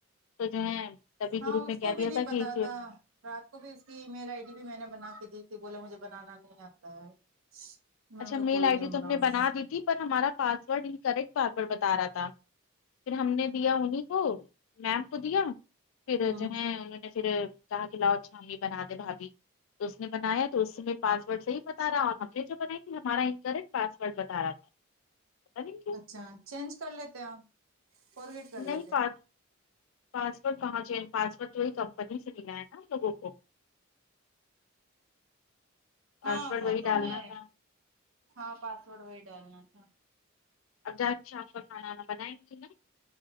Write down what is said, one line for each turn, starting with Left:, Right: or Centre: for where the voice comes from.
Left: تو جو ہے تبھی
Right: ہاں
Left: گروپ میں
Right: اس کو
Left: کہ دیا
Right: بھی نہیں
Left: تھا
Right: پتا
Left: کہ
Right: رات کو بھی اس کی ای میل ائی ڈی بھی میں نے بنا کے دی تھی بولا مجھے بنانا نہیں آتا ہے میں
Left: اچھا
Right: نے کہا
Left: میل
Right: کوئی
Left: ائی
Right: نہیں
Left: ڈی تو ہم نے
Right: لے
Left: بنا دی تھی پر ہمارا پاسورڈ ان کریکٹ بار بار بتا رہا تھا پھر ہم نے دیا انہیں کو میم کو دیا پھر
Right: ہوں
Left: جو ہے نے پھر کہا کہ لاؤ اچھا امی بنا دے بھابھی تو اس نے بنایا تو اس سے میں پاسورڈ صحیح بتا رہا ہم نے جو بنائی تے ہمارا ان کریکٹ پاسورڈ بتا رہا تھا پتا نہیں کیوں
Right: اچھا چینج کر لیتے اپ فارگیٹ کر لیتے
Left: نہیں پاس پاسورٹ کہاں چینج پاسورٹ تو ہی کمپنی سے ملا ہے نا لوگوں کو
Right: ہاں
Left: پاسورڈ
Right: وہ
Left: وہی
Right: تو
Left: ڈالنا
Right: ہے
Left: تھا
Right: ہاں پاسورڈ وہی ڈالنا تھا
Left: اب جات شام کا کھانا وانا بنائیں گے نا